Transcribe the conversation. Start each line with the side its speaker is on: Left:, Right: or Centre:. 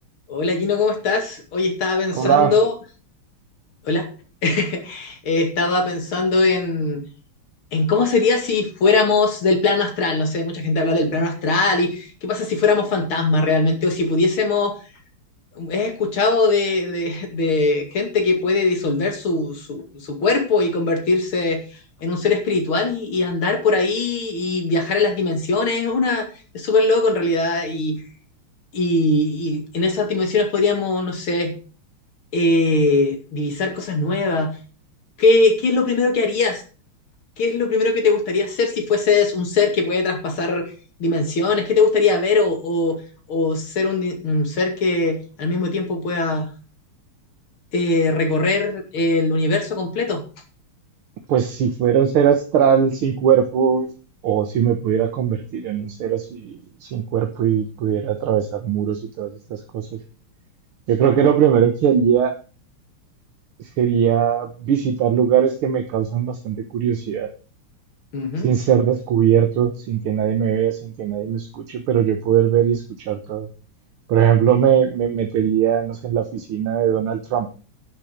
Left: Hola Gino, ¿cómo estás? Hoy estaba pensando,
Right: Hola,
Left: hola, <laughs> Eh, estaba pensando en, en cómo sería si fuéramos del plano astral. No sé, mucha gente habla del plano astral y qué pasa si fuéramos fantasmas realmente o si pudiésemos, he escuchado de, de- de gente que puede disolver su, su- su cuerpo y convertirse en un ser espiritual y, y andar por ahí y viajar en las dimensiones. Una, es súper loco en realidad y, y y en esas dimensiones podríamos, no sé eh, divisar cosas nuevas. ¿Qué, qué es lo primero que harías? ¿Qué es lo primero que te gustaría hacer si fueses un ser que puede traspasar dimensiones? ¿Qué te gustaría ver o, o- o ser un, di- un ser que al mismo tiempo pueda eh, recorrer el universo completo?
Right: pues si fuera un ser astral sin cuerpo, o si me pudiera convertir en un ser así sin cuerpo y pudiera atravesar muros y todas estas cosas, yo creo que lo primero que haría sería visitar lugares que me causan bastante curiosidad,
Left: Ujú.
Right: sin
Left: <laughs>
Right: ser descubierto, sin que nadie me vea, sin que nadie me escuche, pero yo poder ver y escuchar todo. Por ejemplo, me, me metería, no sé, en la oficina de Donald Trump